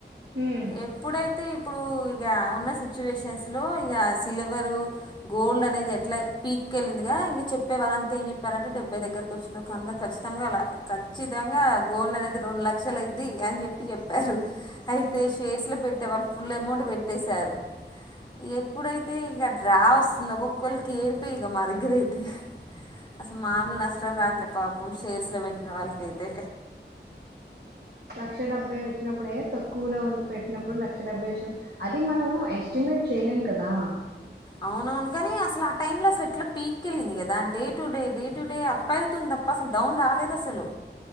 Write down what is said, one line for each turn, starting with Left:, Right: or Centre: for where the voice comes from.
Right: హ్మ్.
Left: ఎప్పుడై అయితే ఇప్పుడు ఇక ఉన్న సిచ్యువేషన్స్ లో ఇక సిల్వరు గోల్డ్ అనేది ఎట్లా పీక్ వెళ్ళింది ఇంక చెప్పే వాళ్ళంతా ఏం చెప్పారంటే డెబ్బై దగ్గరకి వచ్చాక అందరు ఖచ్చిత అర్ధం కాలాఖచ్చితంగా గోల్డ్ అనేది రెండు లక్షల అయిద్ది అని చెప్పి చెప్పారు అయితే
Right: ఓకే.
Left: షేర్స్ లో పెట్టే వాళ్ళు ఫుల్ అమౌంట్ పెట్టేశారుక ఎప్పుడైతే ఇక డ్రా వస్తుంది ఒక్కొక్కళ్ళకి ఏడుపే ఇక మా దగ్గర అయితే అసలు మామూలు
Right: అవును.
Left: నష్టం రాట్లేదు <inaudible> షేర్స్లో పెటిన వాళ్కయితే
Right: లక్ష డెబ్బై వచ్చినప్పుడే తక్కువలో ఉం పెట్టినప్పుడు లక్ష డెబ్బై వచ్చిన అది మనము ఎస్టిమేట్ చేయలేం కదా
Left: అవునవును గాని అసలు ఆ టైమ్ లో అసలు ఎట్లా పీక్ అక్కకిళ్ళింది కదా day to day day to day up అవుతుంది తప్ప అసలు డౌన్ రాలేదు అసలు